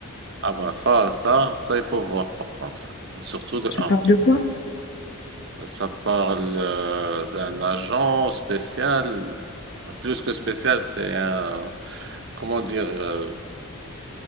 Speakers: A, on the right; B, on the left.
A: Ah bah ça, ça, ça, il faut voir par contre. Surtout le
B: Ça
A: 1.
B: parle de quoi?
A: Ça parle euh, d'un agent spécial. euh, Plus que spécial, c'est un, comment dire, euh,